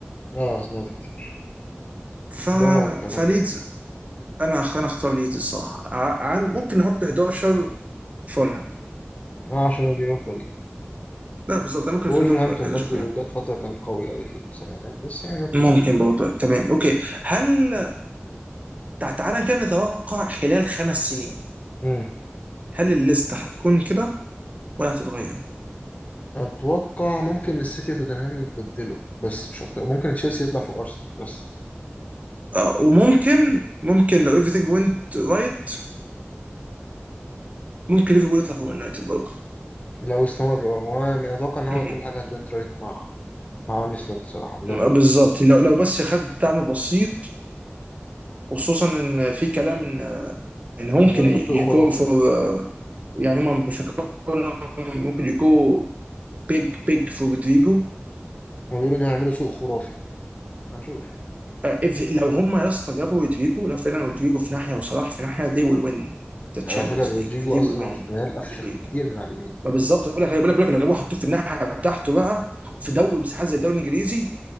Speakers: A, on the left (about 35°); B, on the right (about 35°).
A: آه سمعت كتير
B: ف...
A: ده كلام
B: فليدز
A: جميل
B: انا أخ- انا اختار ليدز الصراحه ع- عن... ممكن نحط 11 فولهام
A: آه عشان اليوروبا ليج
B: لا بالظبط انا ممكن
A: وولفرهامبتون
B: اخليهم 11
A: برضو
B: فولهام
A: جت فترة كان قوي أوي في السبعينات بس يعني أوكي
B: ممكن برضه تمام اوكي هل تع- تعالى كده نتوقع خلال خمس سنين
A: مم.
B: هل الليسته هتكون كده ولا هتتغير؟
A: أتوقع ممكن السيتي وتوتنهام يتبدلوا بس مش أكتر ممكن تشيلسي يطلع فوق أرسنال بس
B: آه وممكن ممكن لو everything went right ممكن ليفربول يطلع فوق يونايتد برضه
A: لو استمر هو أنا أتوقع إن هو
B: أمم.
A: كل حاجة هتوينت رايت مع مع أرني سلوت صراحة مدرب
B: آه، بالظبط
A: محترم أوي
B: لو لو بس خد دعم بسيط وخصوصا ان في كلام ان ان هو ممكن
A: هيبقى
B: يجو
A: سوق خرافي
B: فور
A: وبتاع
B: يعني هم بيفكروا إنهم ممكن يجو بيج بيج فور رودريجو
A: هما بيقولوا إن هيعملوا سوق خرافي ما نشوف
B: آه، if- لو هم يا اسطى جابوا رودريجو لو فعلا رودريجو في ناحيه وصلاح في ناحيه they will win the
A: يعني
B: Champions
A: على فكرة رودريجو
B: League and they
A: أصلا
B: will win
A: على الشمال
B: the
A: أفشخ
B: Premier League
A: بكتير من على اليمين
B: ما بالظبط بقول لك بقول لك بقول لك لو جابوه حطوه في الناحيه بتاعته بقى في دوري مساحات زي الدوري الانجليزي